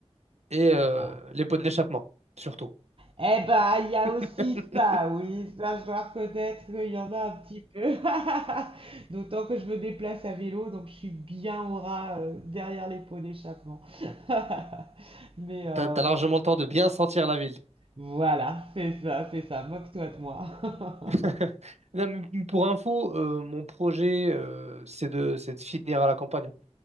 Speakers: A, on the right (about 75°); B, on the right (about 55°).
A: Et euh,
B: Voilà.
A: les pots d'échappement, surtout.
B: Eh ben, il y a aussi
A: <laughs>
B: ça, oui, ça je dois reconnaître qu'il y en a un petit peu. <laughs> D'autant que je me déplace à vélo, donc je suis bien au ras euh, derrière les pots d'échappement. <laughs> Mais euh,
A: T'as, t'as largement le temps de bien sentir la ville.
B: voilà, c'est ça, c'est ça, moque-toi de moi. <laughs>
A: <laughs> Non, mais pour info, euh, mon projet, euh, c'est de, c'est de finir à la campagne.